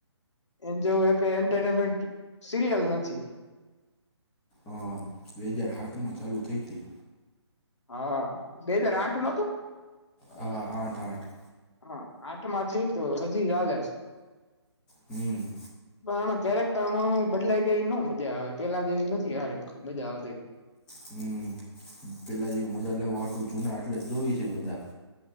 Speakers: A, on the left (about 80°); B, in the centre.
A: એ જેવું એન્ટરટેનમેન્ટ સિરિયલ નથી
B: અ બે હજાર સાત માં ચાલુ થઈ હતી
A: હા બે હાજાર આઠ નો તું
B: હા આઠ આઠ
A: હા આઠમાંથી તો હજી ચાલે છે
B: હમ
A: પણ ક્યારેક માં બદલાઈ ગયા એ ન મજા આવે પેલા જેવી નથી સાર મજા આવતી
B: હમ પેલા જેવી મજા લેવા હત જૂના એટલે જોવી છે બધા